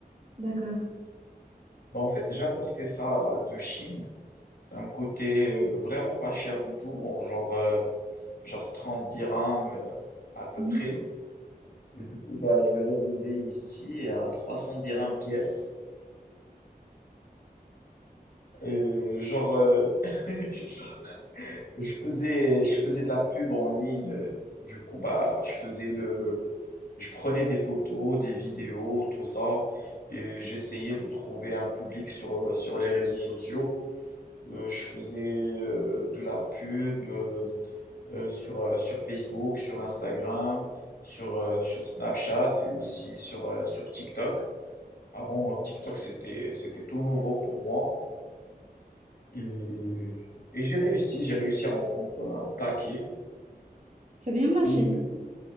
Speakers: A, on the right; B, on the left.
A: D'accord.
B: Bah, en fait, j'ai importé ça de Chine. Ça me coûtait euh, vraiment pas cher du tout, en genre, euh, genre 30 dirhams euh, à peu
A: Mhm.
B: près. Et du coup, bah, je les revendais ici à 300 dirhams pièce. Et genre, euh, <laughs> genre, je faisais, je faisais de la pub en ligne. euh, Du coup, bah, je faisais le, je prenais des photos, des vidéos, tout ça. Et j'essayais de trouver un public sur, euh, sur les réseaux sociaux. Heu, je faisais, heu, de la pub, heu heu, sur, heu, sur Facebook, sur Instagram, sur, heu, sur Snapchat et aussi sur, heu, sur TikTok. Avant, TikTok, c'était c'était tout nouveau pour moi et et j'ai réussi, j'ai réussi à en vendre, un paquet
A: C'est bien marché.
B: et du coup